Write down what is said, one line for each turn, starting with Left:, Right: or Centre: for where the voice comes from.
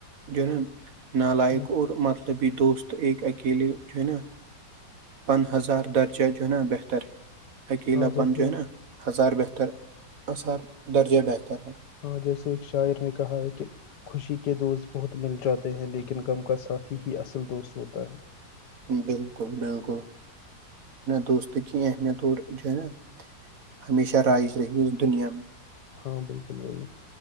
Right: جو نا نالائق
Left: بھائی
Right: اور مطلب ملبھی دوست ایک اکیلے جو ہے نا پن ہزار درجہ جو نا بہتر اکیلاپن
Left: ہاں جیسے
Right: جو ہے نا ہزار بہترار درجہ بہتر ہے
Left: ہاں جیسے ایک شاعر نے کہا ہے کہ خوشی کے دوست بہت مل جاتے ہیں لیکن غم کا ساتھھی ہی اصل دوست ہوتا ہے
Right: بالکل بالکل دوست کی اہمیت اور جو ہے نا ہمیشہ رائج رہے گی دنیا میں
Left: ہاں بالکل وہی